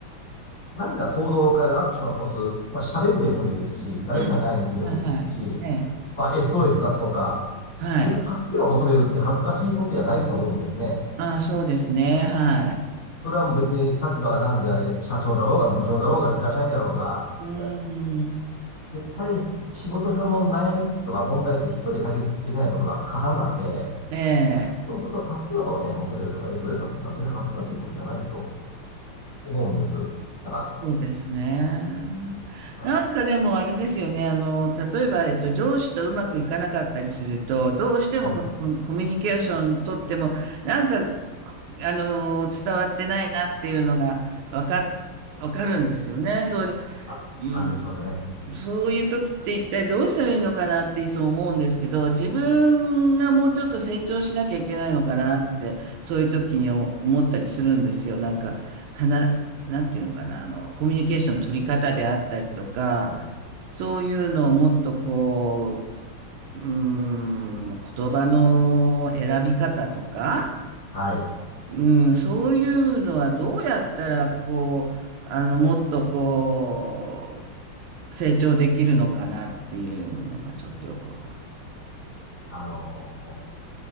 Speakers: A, on the left; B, on the right.
A: 何か行動を変えるアクションを起こす、まあ、喋るでもいいですし、誰かに会いに行くでもいいですし、
B: うん。はいはい。ええ。
A: まあ、SOS 出すとか、
B: はい。
A: 別に助けを求めるって恥ずかしいことじゃないと思うんですね。
B: ああ、そうですね。はい。
A: それはもう別に立場が何であれ、社長だろうが部長だろうが平社員だろうが、
B: うーん。
A: え絶対仕事上の悩みとか問題って一人で解決できないことが過半なんで、
B: ええ。
A: そうすると多数をね、求めるとか SOS 出すっていうのは全然恥ずかしいことじゃないと思うんです。だか
B: そうですね。
A: ら、
B: なんかでもあれですよね。
A: はい、
B: あの、例えば、えっと、上司とうまくいかなかったりすると、どうしてもここコミュニケーション取っても、
A: はい、
B: なんか、こあの、伝わってないなっていうのが分か、わかるんですよね。それで、
A: あ、
B: うん。
A: あれでしょうね。
B: そういう時って一体どうしたらいいのかなっていつも思うんですけど、自分がもうちょっと成長しなきゃいけないのかなって、そういう時に思思ったりするんですよ。なんか、はな、なんていうのかな、あの、コミュニケーションの取り方であったりとか、
A: はい。
B: そういうのをもっとこう、うーん、言葉の選び方とか、
A: はい。
B: うん、そういうのはどうやったら、こう、あの、もっとこう、成長できるのかなっていうのがちょっとよくわかんない。
A: あのも